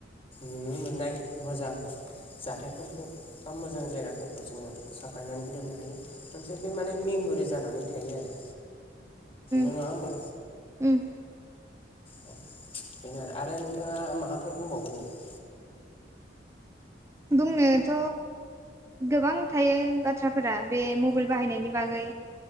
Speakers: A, on the left; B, on the right.
A: नुनो मोननाय मोजां जाथायफोरखौ बा मोजां जायगाफोरखौ जोङो साफायनानै दोननो हायो। मोनसे बे माने मेमरि जानानै थायो आरो
B: उम
A: नङा होमबा
B: उम
A: औ बेनो आरो आरो नोंथाङा माबाफोर बुंबावगोन नामा?
B: बुंनोथ' गोबां थायो बाथ्राफोरा बे मबाइल बाहायनायनि बागै